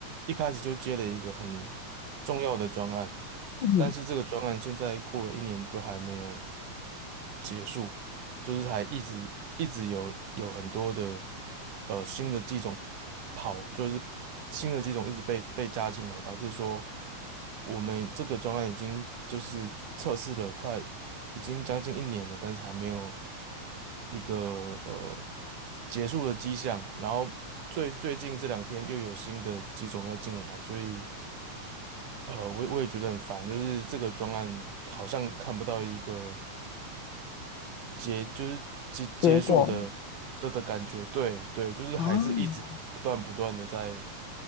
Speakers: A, on the right; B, on the left.
A: 一开始就接了一个很重要的专案。
B: 嗯，
A: 但是这个专案现在过了一年就还没有结束，就是还一直一直有有很多的呃新的机种跑，就是新的机种一直被被加进来，导致说我们这个专案已经就是测试了快已经将近一年了，但是还没有一个呃结束的迹象。然后最最近这两天又有新的机种要进来，所以。呃，我也我也觉得很烦，就是这个专案好像看不到一个结，就是结结束的的的感觉，
B: 结果
A: 对对，就是还是一直不断不断的在
B: 啊，